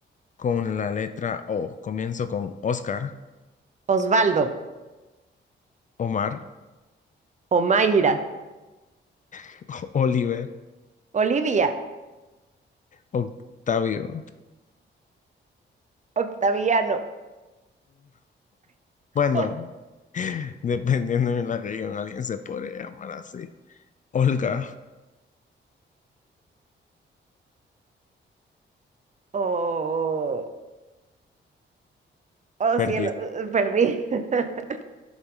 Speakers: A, on the left (about 40°); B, on the right (about 40°).
A: con la letra O, comienzo con Oscar,
B: Osvaldo,
A: Omar,
B: Omaira,
A: <laughs> Oliver,
B: Olivia,
A: Octavio. <laughs>
B: Octaviano.
A: bueno,
B: <laughs>
A: <laughs> dependiendo de la región, alguien se podría llamar así. Olga.
B: Oh, oh
A: Perdición.
B: cielo, eh, perdí. <laughs>